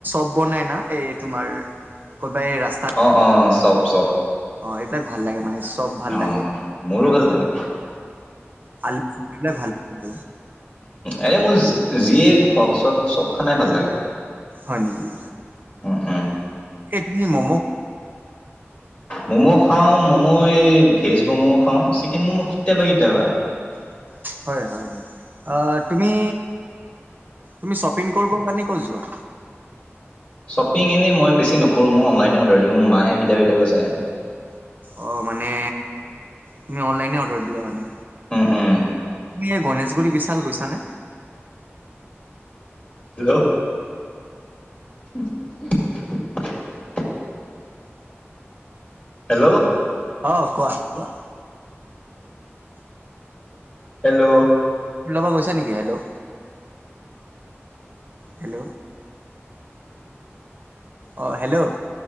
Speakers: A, on the right; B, on the left.
A: ব ব নাই না এই তোমাৰ ক'বা এই ৰাস্তাত
B: অ অ চব চব
A: অ এইবিলাক ভাল লাগে মানে চব ভাল
B: অ
A: লাগে
B: মোৰো ভাল লাগে
A: আলু চব্জিিবিলাক ভাল লাগিলো
B: আৰে মোৰ যিয়েওক চব চব খানাই ভাল লাগে
A: হয় নেকি
B: উম উম
A: ইডলি মমো
B: ম'ম' খাওঁ ম'ম' ভেজ ম'ম' খাওঁ চিকেন মম' কেতিয়াবা কেতিয়াবা
A: হয় হয় হয় তুমি তুমি শ্বপিং কৰিব কাৰণে ক' যোৱা
B: শ্বপিং এনেই মই বেছি নকৰোঁ মই অনলাইনে অৰ্ডাৰ দিওঁ মাহে কেতিয়াবা কেতিয়াবা যায়
A: অ মানে তুমি অনলাইনে অৰ্ডাৰ দিয়া মানে
B: উম উম।
A: তুমি এই গণেশগুৰি বিশাল গৈছানে
B: হেল্ল। <inaudible> হেল্ল'।
A: অ, কোৱা, কোৱা।
B: হেল্ল'।
A: স্কুলৰ পৰা গৈছা, নেকি হেল্ল'। হেল্ল'। অ, হেল্ল'।